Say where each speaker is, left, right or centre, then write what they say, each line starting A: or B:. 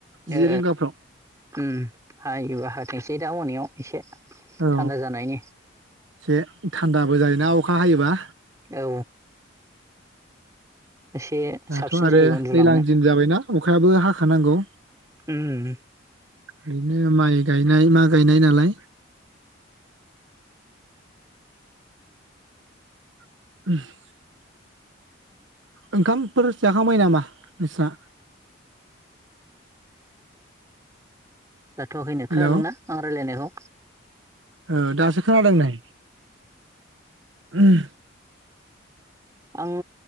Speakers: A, on the right; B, on the right.
A: ओ
B: जि रिंगाफ्राव
A: उम हायोबा हाथों एसे दा मोनायाव एसे
B: औ
A: थान्दा जानायनि
B: एसे थान्दाबो जायोना अखा हायोबा
A: औ एसे
B: दाथ'
A: साबसिन
B: आरो
A: जायो उन्दुलांनो
B: दैज्लां दिन जाबायना अखायाबो हाखानांगौ।
A: उम
B: बिरनो माइ गायनाय मा गायनाय नालाय <unintelligible> ओंखामफोर जाखांबाय नामा नोंस्रा?
A: जाथ'वाखैनो
B: हेल'
A: खोनादोंना आं रायलायनायखौ?
B: ओ दासो खोनादों नोय। उम
A: आं